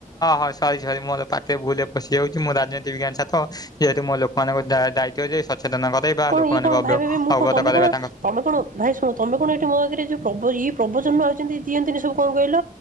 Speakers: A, on the left; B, on the right.
A: ହଁ ସରି ସରି ମୋର ପାଟିରେ ଭୁଲରେ ପଶିଯାଉଛି ମୁ ରାଜନୀତି ବିଜ୍ଞାନ ଛାତ ଯେହେତୁ ମୋ ଲୋକମାନଙ୍କ ଦା ଦାୟିତ୍ୱ ଯେ ସଚେତନ କରେଇବା
B: କଣ
A: ଲୋକମାନଙ୍କୁ
B: ଇଏ କଣ ଭାଇ ଭାଇ ମୁଁ
A: ଅବଗତ
B: କଣ ତମେ
A: କରେଇବା
B: କଣ
A: ତାଙ୍କ
B: ତମେ କଣ ଭାଇ ଶୁଣ ତମେ କଣ ଏଇଠି ମୋ ଆଗରେ ଯୋଉ ପ୍ର ପ୍ରଭଜନ୍ମ ଅଛନ୍ତି ଦିଅନ୍ତିନି ସବୁ କଣ କହିଲ